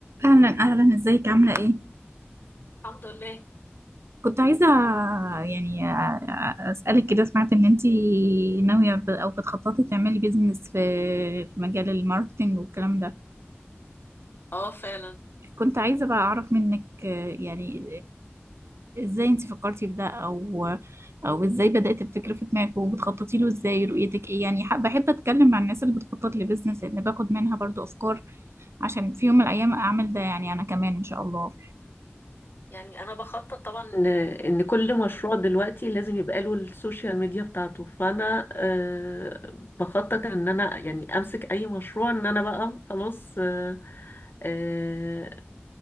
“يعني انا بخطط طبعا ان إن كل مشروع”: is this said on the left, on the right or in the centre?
Left